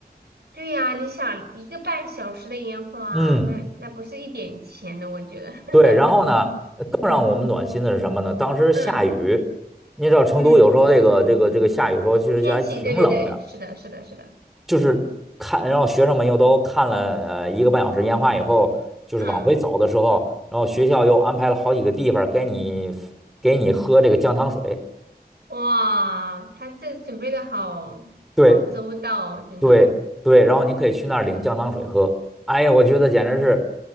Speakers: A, on the right (about 85°); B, in the centre.
A: 对呀，你想一个半小时的烟花，
B: 嗯，
A: 那那不是一点钱的，我觉得。<laughs>
B: 对，然后呢，呃更让我们暖心的是什么呢？当时下雨，
A: 嗯
B: 你知道成都有时候这个这个这个下雨时候其实就还挺冷的。
A: 嗯，天气，对对对，是的，是的，是的。
B: 是看，然后学生们又都看了呃一个半小时烟花以后，就是往回走的时候，
A: 嗯，
B: 然后学校又安排了好几个地方给你给你喝这个姜糖水，
A: 哇，他这准备的好好周到哦，
B: 对
A: 真的，
B: 对对，然后你可以去那儿领姜糖水喝。哎呀，我觉得简直是，